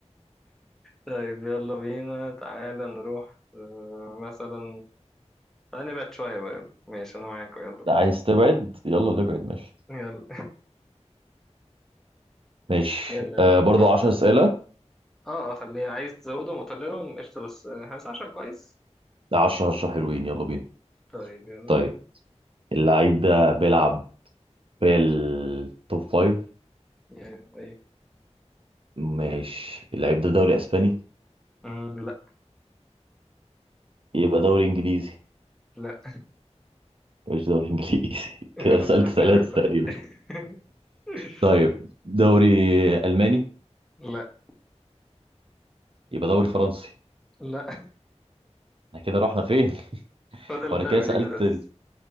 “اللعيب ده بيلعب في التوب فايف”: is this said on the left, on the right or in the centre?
Right